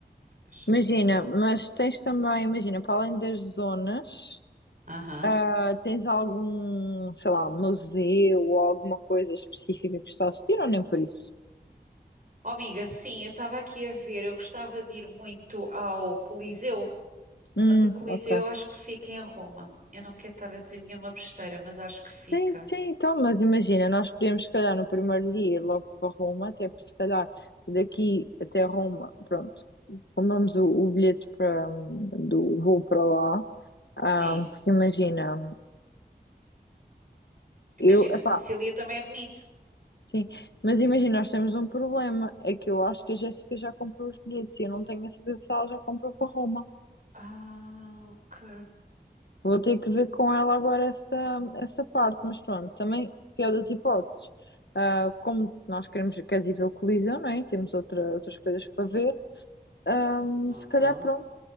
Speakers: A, on the right; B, on the left.
A: deixa-me
B: Imagina,
A: só.
B: mas tens também, imagina, para além das zonas,
A: Aham.
B: ah, tens algum, sei lá, museu ou alguma coisa específica que está a assistir ou nem por isso?
A: Oh, amiga, sim, eu estava aqui a ver, eu gostava de ir muito ao Coliseu,
B: Hum,
A: mas o Coliseu
B: ok.
A: eu acho que fica em Roma. Eu não quero estar a dizer nenhuma besteira, mas acho que fica.
B: Sim, sim, então, mas imagina, nós podemos, se calhar, no primeiro dia ir logo para Roma, até porque, se calhar, daqui até Roma, pronto, compramos o, o bilhete para, hum, do voo para lá. Ah,
A: Sim.
B: porque imagina,
A: Imagina,
B: eu, epá,
A: Sicília também é bonito.
B: sim, mas imagina, nós temos um problema, é que eu acho que a Jéssica já comprou os bilhetes e eu não tenho a certeza se ela já comprou para Roma.
A: Ah, ok.
B: Vou ter que ver com ela agora essa, essa parte, mas pronto, também, pior das hipóteses, ah, como nós queremos, queres ir ver o Coliseu, não é? Temos outra, outras coisas para ver, ah,
A: Aham.
B: se calhar pronto,